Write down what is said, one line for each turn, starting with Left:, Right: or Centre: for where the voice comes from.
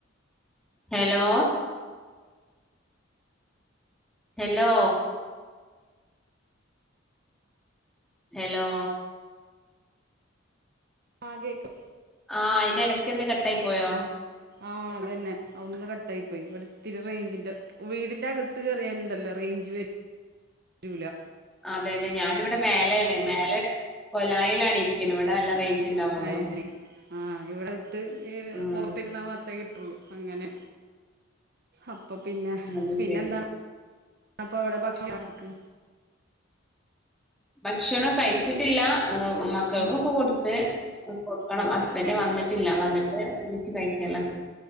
Centre: ഹലോ എലോ ഹലോ
Right: അ കേക്കാ
Centre: ആഹ് അയിന്റെ ഇടയ്ക്ക് എന്ത് കട്ടായി പോയോ
Right: ആഹ് അതന്നെ ഒന്ന് കട്ടായി പോയി ഇവിടെത്തിരി റേഞ്ചിന്റെ വീടിന്റെ അകത്ത് കയറിയാലുണ്ടല്ലോ റേഞ്ച് വെ രൂല
Centre: അതെ അതെ ഞാനിവിടെ മേലാണ് മേലെ കൊലായിലാണ് ഇരിക്ക്ന്ന ഇവിടെ നല്ല റേഞ്ച് ഉണ്ടാവുള്ളൂ
Right: അയ്ശരി ആഹ് ഇവിടെത്ത് ഈ
Centre: ഉം
Right: പുറത്തിരുന്നാ മാത്രമേ കിട്ടുള്ളൂ അങ്ങന അപ്പൊ പിന്നെ
Centre: അത്
Right: പിന്നെ
Centre: ശരി
Right: എന്താണ് അപ്പ അവിടെ ഭക്ഷണക്ക്
Centre: ഭക്ഷണം കഴിച്ചിട്ടില്ല മക്കൾക്കൊക്കെ
Right: ഉം
Centre: കൊടുത്ത് കൊടുക്കണം
Right: അത്
Centre: ഹസ്ബൻഡ്
Right: ശരി
Centre: വന്നിട്ടില്ല വന്നിട്ട് ഒരുമിച്ചു കഴിക്കല്ല